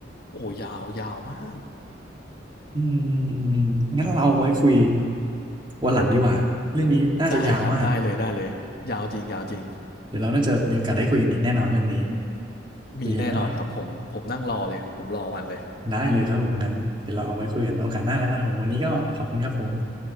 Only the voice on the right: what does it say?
อืมอืมอืมงั้นเราเอาไว้คุยวันหลังดีกว่าเรื่องนี้น่าจะยาวมาก
เดี๋ยวเราน่าจะมีโอกาสได้คุยกันอีกแน่นอนเรื่องนี้คุยกันได้
ได้เลยครับผมงั้นเดี๋ยวเราเอาไว้คุยกันโอกาสหน้าแล้วกันครับผมวันนี้ก็ขอบคุณครับผม